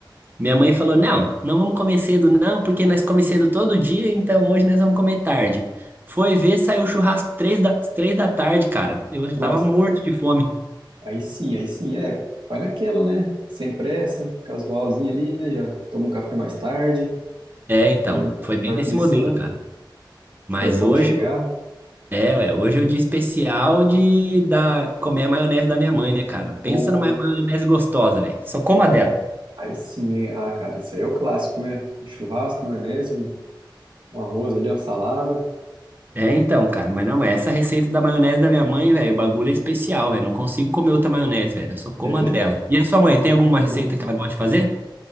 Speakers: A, on the right; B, on the right.
A: Minha mãe falou: não, não vamos comer cedo, não, porque nós comemos cedo todo dia, então hoje nós vamos comer tarde. Foi ver, saiu o churrasco três da, três da tarde, cara. Eu já
B: Nossa.
A: tava morto de fome.
B: Aí sim, aí sim, é, vai naquela, né? Sem pressa, casualzinho ali, né? Já toma um café mais tarde,
A: É, então.
B: aí
A: Foi bem
B: vai
A: desse
B: começando,
A: modelo, cara. Mas
B: espera o povo
A: hoje,
B: chegar.
A: é, ué, hoje é o dia especial de da, comer a maionese da minha mãe, né, cara?
B: Ou
A: Pensa numa maionese gostosa, velho. Só coma dela.
B: aí sim, é, ah, cara, isso aí é o clássico, né? Um churrasco, maionese, um, um arroz ali, uma salada.
A: É, então, cara, mas não, essa receita da maionese da minha mãe, velho, o bagulho é especial, velho. Não consigo comer outra maionese, velho. Eu só como
B: É mesmo?
A: a dela. E a sua mãe, tem alguma
B: Tô
A: receita
B: louco.
A: que ela gosta de fazer?